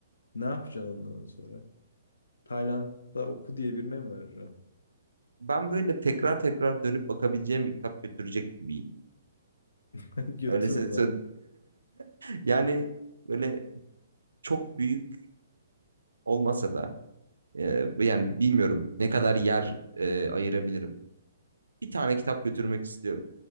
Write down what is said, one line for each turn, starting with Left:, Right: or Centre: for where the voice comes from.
Left: Ne yapacaksın ondan sonra? Tayland'da oku diye birine mi vereceksin?
Right: Ben böyle tekrar tekrar dönüp bakabileceğim bir kitap götürecek bir.
Left: <laughs> Götür
Right: Öyle sö-
Left: o zaman.
Right: <laughs> Yani böyle çok büyük olmasa da e, yani bilmiyorum ne kadar yer e, ayırabilirim. Bir tane kitap götürmek istiyorum.